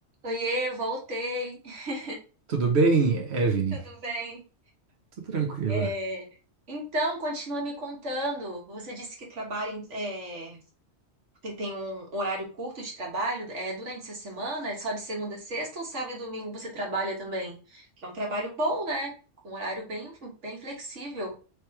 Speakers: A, on the right; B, on the right.
A: Oiê, voltei. <laughs>
B: Tudo bem, Evne?
A: Tudo bem?
B: Tô tranquila.
A: É, Então, continua me contando. Você disse que trabalha em- é, tem, tem um horário curto de trabalho é, durante essa semana? É só de segunda a sexta ou sábado e domingo você trabalha também? Que é um trabalho bom, né? Com um horário bem, bem flexível.